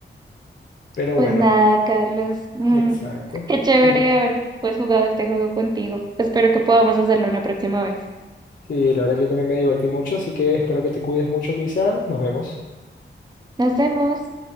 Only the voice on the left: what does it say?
Pero
bueno,
exacto.
Y,
y la verdad que yo también me divertí mucho, así que espero que te cuides mucho, Luisa. Nos vemos.